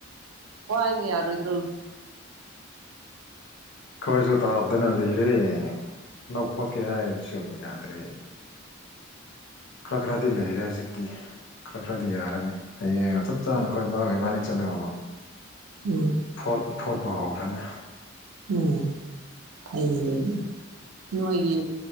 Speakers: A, on the right; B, on the left.
A: ꯋꯥꯏꯕ ꯌꯥꯔꯣꯏꯗ꯭ꯔꯣ <unintelligible>
B: ꯑꯩꯈꯣꯏꯁꯨ ꯇꯥꯗꯅ ꯂꯩꯔꯦ ꯂꯧ ꯐꯣꯠꯀꯦ ꯍꯥꯏꯕꯁꯨ ꯌꯥꯗ꯭ꯔꯦ ꯈꯔ ꯈꯔꯗꯤ ꯂꯩꯔꯦ ꯍꯧꯖꯤꯛꯇꯤ ꯈꯔ ꯈꯔꯗꯤ ꯌꯥꯔꯅꯤ ꯍꯌꯦꯡꯅ ꯆꯞ ꯆꯥꯅ ꯑꯩꯈꯣꯏ ꯕꯥꯒ ꯏꯕꯥꯅꯤ ꯆꯠꯂꯒ
A: ꯎꯝ
B: ꯐꯣꯠ ꯐꯣꯠꯄ ꯍꯧꯈ꯭ꯔꯅꯤ
A: ꯎꯝ ꯑꯩ <unintelligible> ꯅꯣꯏꯒꯤ